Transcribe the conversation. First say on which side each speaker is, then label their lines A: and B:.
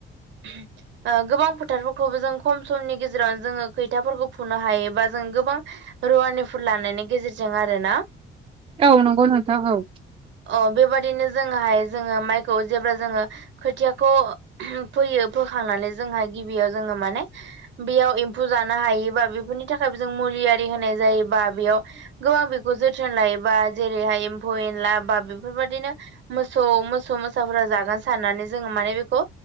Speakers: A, on the right; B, on the right.
A: <inaudible> ओ गोबां फोथारफोरखौबो जों खम समनि गेजेरावनो जोङो खैथाफोरखौ फुनो हायोबा जों गोबां रुवानिफोरुल लानायनि गेजेरजों आरोना।
B: औ नंगौ नोंथां औ।
A: अ बेबादिनो जोङोहाय जोङो माइखौ जेब्ला जोङो खोथियाखौ फोयो फोखांनानै जोंहा गिबियाव जोङो माने बेयाव एम्फौ जानो हायोबा बेफोरनि थाखाय जों मुलि आरि होनाय जायोबा बेयाव गोबां बेखौ जोथोन लायोबा जेरैहाय एम्फौ एनला बा बेफोरबायदिनो मोसौ मोसौ मोसाफोरा जागोन साननानै जोङो माने बेखौ